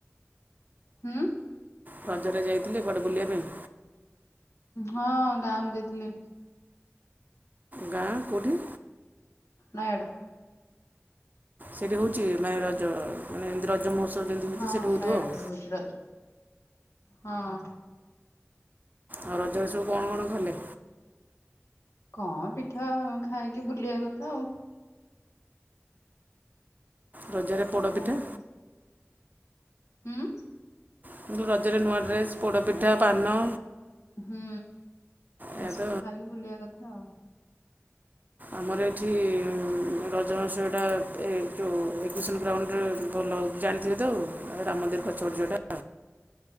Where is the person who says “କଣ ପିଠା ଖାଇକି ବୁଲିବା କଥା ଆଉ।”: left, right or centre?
Left